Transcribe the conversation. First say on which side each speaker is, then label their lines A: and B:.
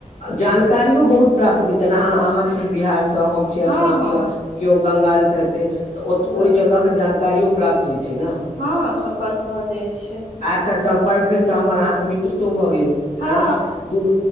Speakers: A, on the left (about 60°); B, on the left (about 45°).
A: जानकारीओ बहुत प्राप्त हेतै जेना आ - अहाँ छी बिहारसँ हम छी
B: हँ
A: आसामसँ
B: हँ
A: किओ बंगालसँ हेतै तऽ ओत
B: हँ
A: ओहि जगह केँ जानकारियो प्राप्त होइ छै नऽ
B: हँ सम्पर्क भऽ जाइ छै
A: अच्छा सम्पर्क भेल तऽ हमर अहाँ कऽ मित्रतो भऽ गेल
B: हँ
A: ऑ दू